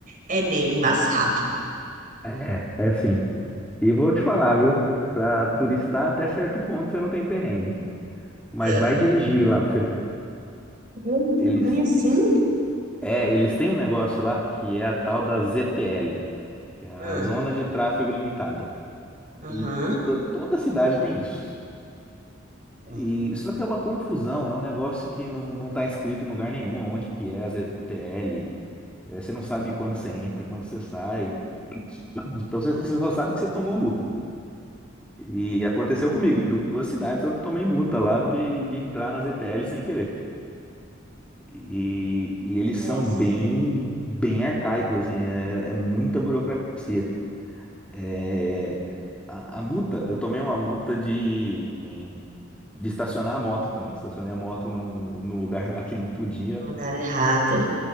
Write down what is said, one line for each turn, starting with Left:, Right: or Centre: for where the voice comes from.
Right: é meio embaçado.
Centre: é, é sim. E vou te falar, viu? Pra turistar até certo ponto você não tem perrengue. Mas
Right: Ah.
Centre: vai dirigir lá pra você ver.
Right: Ele tem
Centre: Eles
Right: ruim assim?
Centre: É, eles têm um negócio lá que é a tal da ZTL, que é a
Right: Ah,
Centre: Zona de Tráfego Limitada.
Right: aham.
Centre: E to- toda cidade tem isso.
Right: Ah.
Centre: E só que é uma confusão, é um negócio que não, não tá escrito em lugar nenhum onde que é a ZTL. É, você não sabe quando você entra, quando você sai. Então você, você só sabe que você tomou a multa. E aconteceu comigo, em duas cidades eu tomei multa lá de, de entrar na ZTL sem querer. E, e eles são
Right: Nossa,
Centre: bem, bem arcaicos, assim, é é muita burocracia. É, a, a multa, eu tomei uma multa de, de estacionar a moto também. Estacionei a moto num, num lugar <laughs> lá que não podia.
Right: no lugar errado.